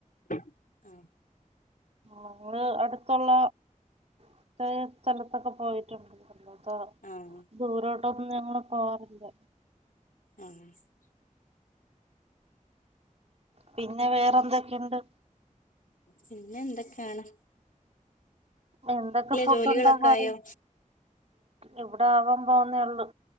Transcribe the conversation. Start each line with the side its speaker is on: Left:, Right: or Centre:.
Left: ആ
Right: ഞങ്ങൾ അടുത്തുള്ള ഇത്രേം സ്ഥലത്തൊക്കെ പോയിട്ടുണ്ട് പ്പൊ
Left: ആഹ്
Right: ദൂരോട്ടൊന്നും ഞങ്ങൾ പോവാറില്ല
Left: ആഹ്
Right: പിന്നെ വേറെ എന്തൊക്കെ ഇണ്ട്
Left: പിന്നെന്തൊക്കെയാണ്?
Right: എന്തൊക്കെ ഫുഡ്
Left: ജോലികളൊക്കെ
Right: ഉണ്ടാക്കാറ്
Left: ആയോ
Right: ഇവിടെ ആവാൻ പോവുന്നേ ഉള്ളു